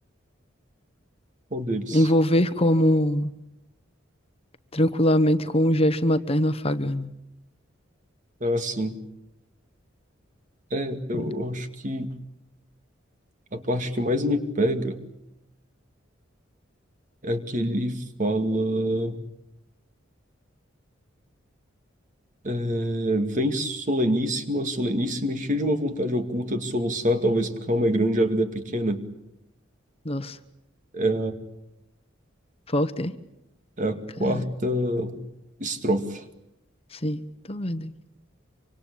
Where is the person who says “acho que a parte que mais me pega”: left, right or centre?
Right